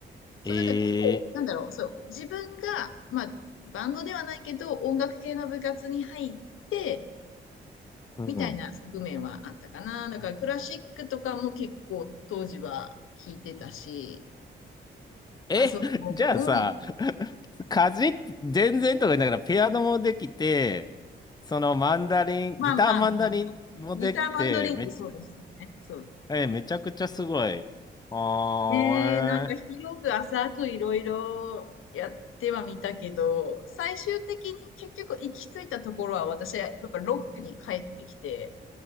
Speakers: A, on the left (about 75°); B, on the left (about 20°).
A: そう、
B: え
A: だから結構、
B: え、
A: なんだろう、そう、自分が、まあ、バンドではないけど、音楽系の部活に入って、
B: うん。
A: みたいな側面はあったかな。だからクラシックとかも結構当時は聴いてたし、
B: え、
A: まあそ
B: <laughs> じゃあさ、
A: う、うん。
B: かじって、全然とか言いながら、ピアノもできて、そのマンダリン、
A: まあまあまあ、
B: ギターマンダリンもできて、
A: ギターマンドリングそうですよね。
B: めっちゃ、
A: そう。
B: え、めちゃくちゃすごい。あ
A: ねえ、なんか広く浅くいろいろやってはみたけど、最終的に結局行き着いたところは私はやっぱロックに帰ってきて、